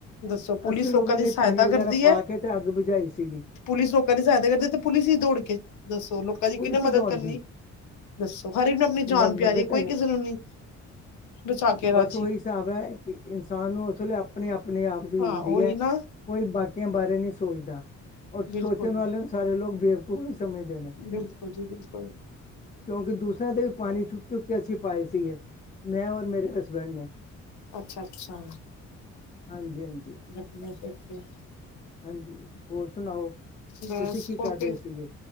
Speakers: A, on the left; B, on the left.
A: ਦੱਸੋ ਪੁਲਿਸ
B: ਅਸੀਂ ਲੋਗਾ
A: ਲੋਕਾਂ ਦੀ
B: ਨੇ
A: ਸਹਾਇਤਾ
B: ਪਾਣੀ ਵਗੈਰਾ
A: ਕਰਦੀ
B: ਪਾ
A: ਐ
B: ਕੇ ਤੇ ਅੱਗ ਬੁਝਾਈ ਸੀਗੀ।
A: ਪੁਲਿਸ ਲੋਕਾਂ ਦੀ ਸਹਾਇਤਾ ਕਰਦੀ ਇਥੇ ਪੁਲਿਸ ਹੀ ਦੌੜ ਕੇ ਦੱਸੋ ਲੋਕਾਂ ਦੀ
B: ਪੁਲਿਸ
A: ਕਿਹਨੇ
B: ਹੀ
A: ਮਦਦ
B: ਦੌੜ
A: ਕਰਨੀ।
B: ਗਈ
A: ਦੱਸੋ ਹਰ ਇੱਕ ਨੂੰ ਆਪਣੀ ਜਾਨ
B: ਮ
A: ਪਿਆਰੀ
B: ਮਦਦ
A: ਹੈ ਕੋਈ
B: ਤਾਂ
A: ਕਿਸੇ ਨੂੰ ਨੀ ਬਚਾ ਕੇ ਰਾ
B: ਸੋਹੀ ਹਿਸਾਬ ਹੈ ਕਿ ਇਨਸਾਨ ਨੂੰ ਉਸ ਵੇਲੇ ਆਪਣੇ-ਆਪਣੇ ਆਪ ਦੀ ਹੁੰਦੀ
A: ਹਾਂ ਉਹੀ
B: ਹੈ।
A: ਨਾ
B: ਕੋਈ ਬਾਕੀਆਂ ਬਾਰੇ ਨੀ ਸੋਚਦਾ ਰ ਸੋਚਣ
A: ਬਿਲਕੁਲ
B: ਵਾਲਿਆਂ ਨੂੰ ਸਾਰੇ ਲੋਕ ਬੇਵਕੂਫ ਹੀ ਸਮਝਦੇ ਨੇ
A: ਬਿਲਕੁਲ ਜੀ ਬਿਲਕੁਲ।
B: ਕਿਉਂਕਿ ਦੂਸਰਿਆਂ ਤੇ ਵੀ ਪਾਣੀ ਚੁੱਕ-ਚੁੱਕ ਕੇ ਅਸੀਂ ਪਾਏ ਸੀਗੇ। ਮੈਂ ਔਰ ਮੇਰੇ ਹਸਬੈਂਡ ਨੇ।
A: ਅੱਛਾ- ਅੱਛਾ
B: ਹਾਂਜੀ ਹਾਂਜੀ
A: ਵਧੀਆ ਤੇ ਫਿਰ।
B: ਹਾਂਜੀ ਹੋਰ ਸੁਣਾਓ? ਤੁਸੀਂ
A: ਬਸ
B: ਕੀ ਕਰ
A: ਓਕੇ
B: ਰਹੇ ਸੀਗੇ?